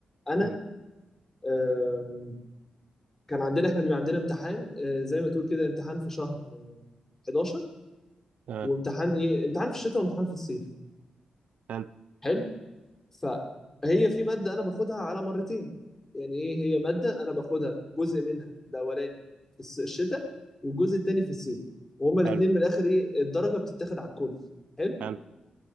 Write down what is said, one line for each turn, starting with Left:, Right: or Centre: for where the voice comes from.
Left: انا
Right: امم
Left: آم، كان عندنا احنا بيبقى عندنا امتحان آه، زي ما تقول كده امتحان في شهر آه، 11
Right: اه
Left: وامتحان ايه امتحان في الشتاء وامتحان في الصيف
Right: حلو
Left: حلو فهي في مادة أنا باخدها على مرتين يعني إيه هي مادة أنا باخدها جزء منها الأولاني في الس- الشتاء والجزء التاني في الصيف وهما الاتنين
Right: حلو
Left: من الآخر إيه الدرجة بتتاخد على الكل حلو
Right: حلو